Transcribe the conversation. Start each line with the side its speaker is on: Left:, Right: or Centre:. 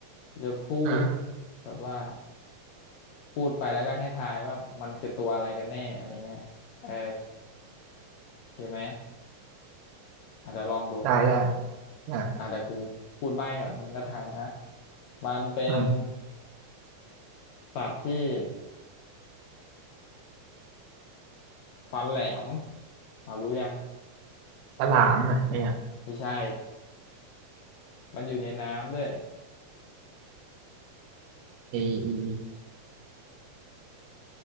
Left: จะพูด
Right: ฮะ
Left: แบบว่าพูดไปแล้วก็ให้ทายว่ามันคือตัวอะไรกันแน่อะไรเงี้ยเออโอเคไหมอาจจะเดี๋ยวลองดู
Right: ได้ได้อ่า
Left: อาจจะเดี๋ยวกูพูดใบ้ก่อนแล้วมึงก็ทายนะมันเป็น
Right: อืม
Left: สัตว์ที่ ฟันแหลมอ่ารู้ยัง
Right: ฉลามอ่ะเนี่ย
Left: ไม่ใช่มันอยู่ในน้ำด้วย
Right: ไอไอ้